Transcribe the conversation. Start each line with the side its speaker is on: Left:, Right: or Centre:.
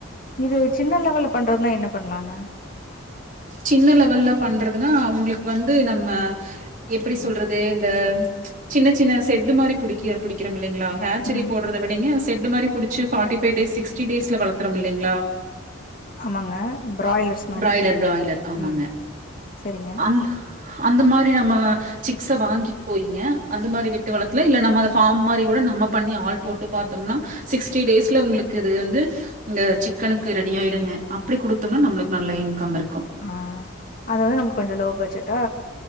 Left: இது சின்ன லெவல்ல பண்றதுனா என்ன பண்ணலாங்க
Right: சின்ன லெவல்லல பண்றதுன்னா அவங்ளுக்கு வந்து நம்ம எப்படி சொல்றது இந்த சின்ன சின்ன செட்டு மாரி பிடிக்க பிடிக்றோ இல்லிங்களா ஹச்சரி
Left: ம்
Right: போட்றத விடங்க செட்டு மாரி புடிச்சு பார்ட்டிஃபைவ் டேஸ் சிக்ஸ்டி டேஸ்ல வளத்ரம் இல்லைங்ளா
Left: ஆமாங்க பிராய்லர்ஸ் மாரி
Right: பிராய்லர் பிராய்லர். ஆமாங்க
Left: ம் சரிங்க
Right: அந்த அந்த மாரி நம்ம சிக்ஸ வாங்கிட்டு போயிங்க அந்த மாரி விட்டு வளத்துல இல்ல நம்ம அத ஃபார்ம் மாரி கூட நம்ம பண்ணி ஆள் போட்டு பாத்தோம்னா சிக்ஸ்டி டேஸ்ல உங்களுக்கு இது வந்து இந்த சிக்கனுக்கு ரெடி ஆயிடுங்க அப்டி குடுத்தோம்னா நம்மளுக்கு நல்ல இன்கம் இருக்கு
Left: ஆ அது வந்து நம்ம கொஞ்சோ லோ பஜ்ஜட்டா